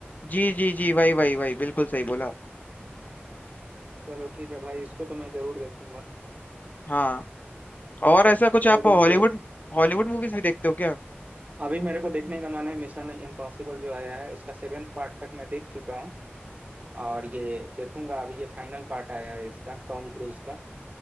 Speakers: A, on the left (about 40°); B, on the right (about 35°).
A: जी जी जी वही वही वही बिल्कुल सही बोला आप।
B: चलो ठीक है भाई इसको तो मैं जरूर देखूंगा
A: हाँ और
B: तो
A: ऐसा कुछ
B: मेरे
A: आप हॉलीवुड
B: को थोड़ा
A: हॉलीवुड मूवीज भी देखते हो क्या
B: अभी मेरे को देखने का मन है मिशन इम्पॉसिबल जो आया है इसका सेवेंथ पार्ट तक मैं देख चुका हूँ और ये देखूंगा अभी ये फाइनल पार्ट आया है इसका टॉम क्रूज का